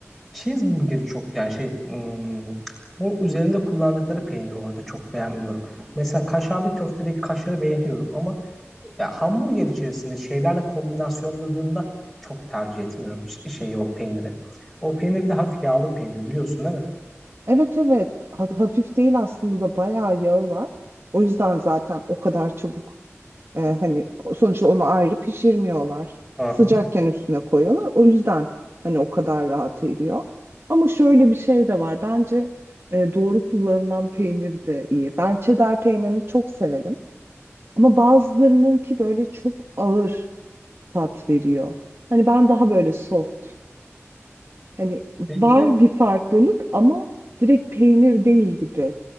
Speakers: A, in the centre; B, on the right (about 60°).
A: cheeseburgeri çok yani şey hmm, o üzerinde kullandıkları peyniri orada çok beğenmiyorum. Mesela kaşarlı köftedeki kaşarı beğeniyorum ama Ya hamburger içerisinde şeylerle kombinasyonladığında çok tercih etmiyorum ş- şeyi o peyniri. O peynir bir de hafif yağlı peynir biliyorsun değil mi?
B: Evet evet Ha- hafif değil aslında bayağı yağı var. O yüzden zaten o kadar çabuk Ee, hani sonuçta onu ayrı pişirmiyorlar.
A: Aha.
B: Sıcakken üstüne koyuyorlar. O yüzden hani o kadar rahat eriyor. Ama şöyle bir şey de var. Bence e, doğru kullanılan peynir de iyi. Ben cheddar peynirini çok severim. Ama bazılarının ki böyle çok ağır tat veriyor. Hani ben daha böyle soft. Hani var
A: Peki
B: bir farklılık ama direkt peynir değil gibi